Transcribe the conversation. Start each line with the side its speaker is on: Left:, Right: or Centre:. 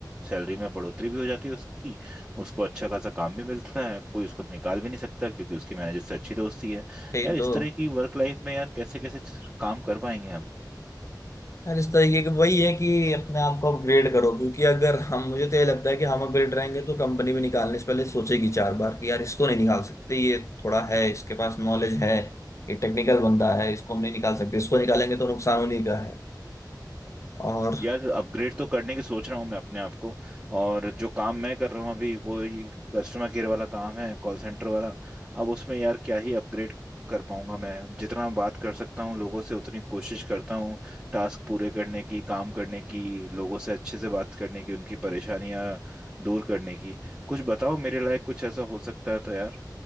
Right: सैलरी में बढ़ोतरी भी हो जाती है उसकी उसको अच्छा खासा काम भी मिलता है कोई उसको निकाल भी नहीं सकता क्योंकि उसकी मैनेजर से अच्छी दोस्ती है
Left: यही
Right: यार
Left: तो
Right: इस तरह की वर्क लाइफ में यार कैसे कैसे काम कर पाएंगे हम
Left: यार इस तरीके के वही है कि अपने आप को अपग्रेड करो क्योंकि अगर हम मुझे तो ये लगता है कि हम अपग्रेड रहेंगे तो कंपनी भी निकालने से पहले सोचेगी चार बार कि यार इसको नहीं निकाल सकते ये थोड़ा है इसके पास नॉलेज है ये टेक्निकल बंदा है इसको हम नहीं निकाल सकते इसको निकालेंगे तो नुकसान उन्हीं का है और
Right: यार अपग्रेड तो करने की सोच रहा हूँ मैं अपने आप को और जो काम मैं कर रहा हूँ अभी वो ये कस्टमर केयर वाला काम है कॉल सेंटर वाला अब उसमें यार क्या ही अपग्रेड कर पाऊंगा मैं जितना बात कर सकता हूँ लोगों से उतनी कोशिश करता हूँ टास्क पूरे करने की काम करने की लोगों से अच्छे से बात करने की उनकी परेशानियां दूर करने की कुछ बताओ मेरे लायक कुछ ऐसा हो सकता है तो यार